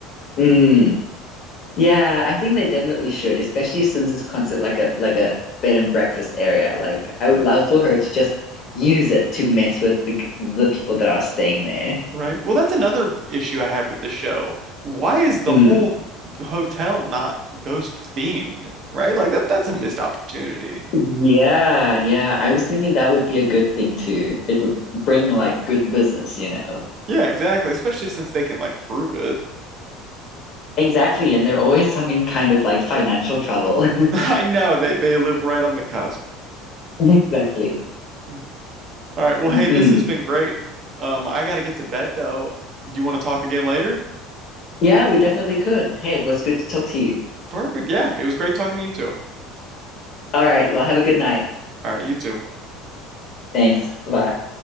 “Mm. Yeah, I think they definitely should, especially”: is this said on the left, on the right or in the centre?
Left